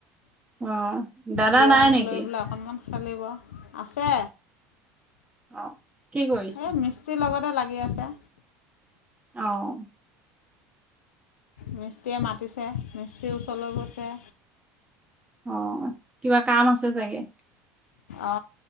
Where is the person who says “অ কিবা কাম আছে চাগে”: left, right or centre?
Right